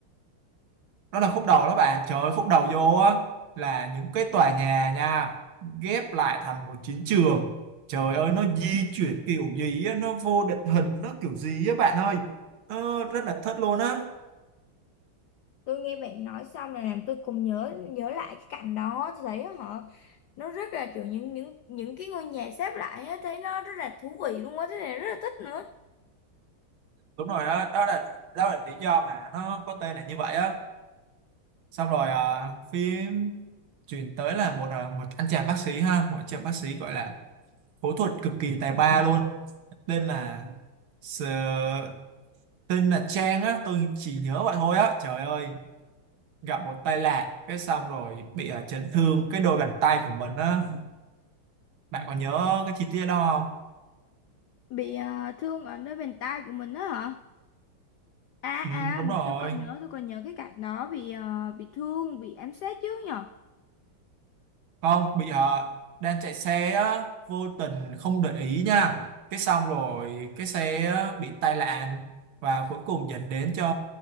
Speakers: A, on the right (about 70°); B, on the left (about 85°).
A: đó là khúc đầu đó bạn trời ơi khúc đầu vô á là những cái tòa nhà nha ghép lại thành một chiến trường trời ơi nó di chuyển kiểu gì á nó vô định hình nó kiểu gì á bạn ơi ờ, rất là thất luôn á
B: tôi nghe bạn nói xong là làm tôi cùng nhớ nhớ lại cái cảnh đó tôi thấy họ nó rất là kiểu những những những cái ngôi nhà xếp lại á, thấy nó rất là thú vị luôn á thế này rất là thích nữa
A: đúng rồi đó đó là đó là lý do mà nó có tên là như vậy á xong rồi à, phim chuyển tới là một à, một anh chàng bác sĩ ha một anh chàng bác sĩ gọi là phẫu thuật cực kỳ tài ba luôn tên là Sờ- tên là Trang á tôi chỉ nhớ vậy thôi á trời ơi gặp một tai nạn cái xong rồi bị ờ, chấn thương cái đôi bàn tay của mình á bạn còn nhớ cái chi tiết đó không
B: bị ờ, thương ở nơi bàn tay của mình á hả à
A: ừ,
B: à
A: đúng rồi
B: tôi còn nhớ tôi còn nhớ cái cảnh đó bị ờ, bị thương bị ám sát chứ nhở
A: không bị ờ, đang chạy xe á, vô tình không để ý nha cái xong rồi cái xe á, bị tai nạn và cuối cùng dẫn đến cho